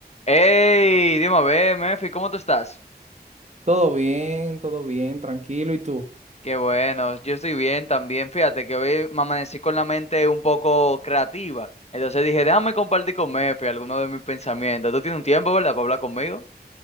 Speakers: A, on the left; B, on the right.
A: Hey, dime a ver, Mefi, ¿cómo tú estás?
B: Todo bien, todo bien, tranquilo. ¿Y tú?
A: Qué bueno, yo estoy bien también. Fíjate que hoy me amanecí con la mente un poco creativa. Entonces dije, déjame compartir con Mefi algunos de mis pensamientos. ¿Tú tienes un tiempo, verdad, para hablar conmigo?